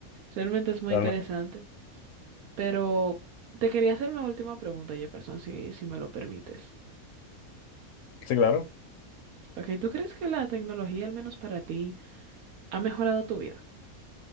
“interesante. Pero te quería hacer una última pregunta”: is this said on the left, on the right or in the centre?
Right